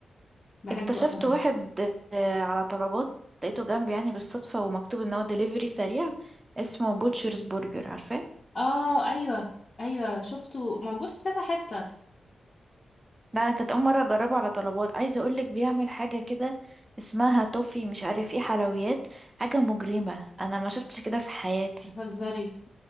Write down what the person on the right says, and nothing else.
اكتشفت
واحد آه، على طلبات لقيته جنبي يعني بالصدفة ومكتوب ان هو دليفري سريع اسمه بوتشرز برجر عارفاه
ده انا كانت اول مرة اجربه على طلبات عايزة اقولك بيعمل حاجة كده اسمها توفي مش عارف ايه حلويات حاجة مجرمة انا ما شفتش كده في حياتي